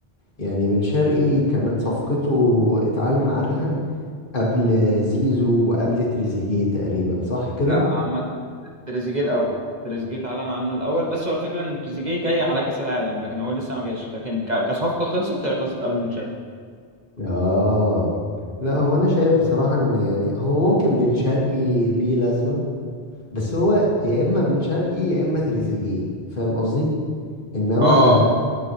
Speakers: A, on the left; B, on the right.
A: يعني بن شرقي كانت صفقته اتعلن عنها قبل زيزو وقبل تريزيجيه تقريبا صح كده
B: لا عامه تريزيجيه الاول تريزيجيه اتعلن عنه الاول بس هو الفكره ان تريزيجيه جاي على كاس العالم لكن هو لسه ما جاش لكن ك- كصفقه خلصت هي خلصت قبل بن شرقي
A: اه لا هو انا شايف بصراحة ان يعني هو ممكن بن شرقي ليه لازمة بس هو يا اما بن شرقي يا اما تريزيجيه فاهم قصدي انما
B: اه